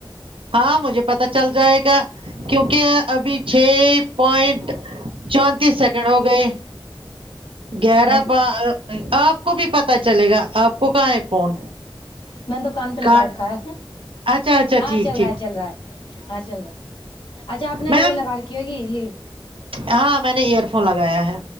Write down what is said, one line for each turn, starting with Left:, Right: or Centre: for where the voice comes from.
Right: ہاں مجھے پتا چل جائے گا کیونکہ ابھی چھ پوائنٹ چونتیس سیکنڈ ہو گئے گیارہ
Left: مطلب
Right: ب آپ کو بھی پتا چلے گا آپ کو کہاں ہے فون
Left: میں نے دکان پلا
Right: کہاں
Left: کر کاا ہے
Right: اچھا اچھا
Left: ہاں
Right: ٹھیک
Left: چل
Right: ٹھیک
Left: رہا ہے چل رہا ہے ہاں چل رہا ہے اچھا آپ نے
Right: میم
Left: وہ لگا کے جگی لیڈ
Right: ہاں میں نے ایئر فون لگایا ہے